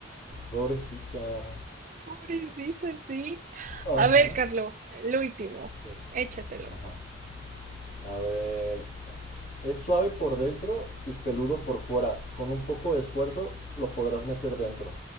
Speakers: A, on the left; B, on the right.
A: Pobrecita.
B: Pobrecita, sí.
A: Ajá.
B: A ver, Carlos, el último,
A: ¿Qué?
B: échatelo.
A: Ajá. A ver. Es suave por dentro y peludo por fuera. Con un poco de esfuerzo lo podrás meter dentro.